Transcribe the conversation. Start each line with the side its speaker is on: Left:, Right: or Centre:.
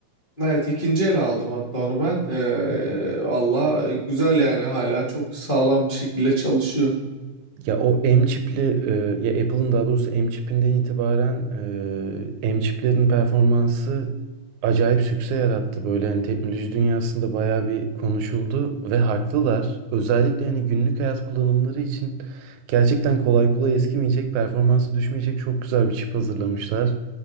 Left: Evet ikinci el aldım hatta onu ben. Ee, valla e, güzel yani hala çok sağlam bir şekilde çalışıyor.
Right: Ya o M çipli e, ya Apple'ın daha doğrusu M çipinden itibaren e, M çiplerin performansı acayip sükse yarattı. Böyle hani teknoloji dünyasında bayağı bir konuşuldu ve haklılar. Özellikle hani günlük hayat kullanımları için gerçekten kolay kolay eskimeyecek, performansı düşmeyecek çok güzel bir çip hazırlamışlar.